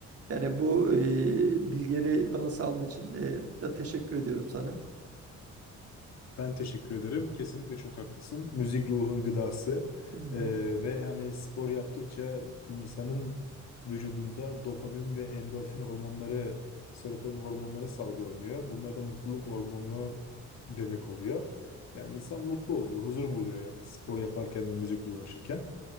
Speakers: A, on the right; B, on the left.
A: Yani bu e, bilgileri bana sağladığın için e, da teşekkür ediyorum sana.
B: Ben teşekkür ederim. Kesinlikle çok haklısın. Müzik ruhun gıdası
A: Hı hı.
B: Ee, ve hani spor yaptıkça insanın vücudunda dopamin ve endorfin hormonları, serotonin hormonları salgılanıyor. Bunlar da mutluluk hormonu demek oluyor. Yani insan mutlu oluyor, huzur buluyor yani spor yaparken ve müzikle uğraşırken.